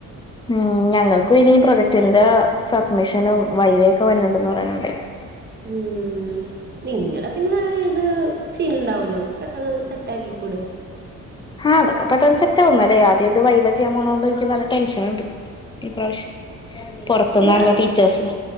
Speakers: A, on the left; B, on the right.
A: ഉം ഞങ്ങക്കു ഇനി പ്രൊജക്ടിന്റെ സബ്മിഷനും വൈവേയൊക്കെ വരൺണ്ട് ന്നറയൺണ്ട്
B: ഉം നിങ്ങടെ പിന്ന ഇത് സീന് ഇണ്ടാവൂലലൊ പെട്ടെന്ന് സെറ്റാക്കി കൂടെ
A: ആഹ്തൊക്കെ പെട്ടെന്ന് സെറ്റ ആഹ് അതൊക്കെ പെട്ടെന്ന് സെറ്റാവും ഇന്നാലു ആദ്യായ്ട്ട് വൈവേ ചെയ്യാ പോണതോണ്ടെ എനിക്ക് നല്ല ടെൻഷന്ണ്ട് ഇപ്രാവശ്യം പൊറത്തുന്നാണല്ലൊ
B: ആ
A: ടീച്ചേഴ്സ്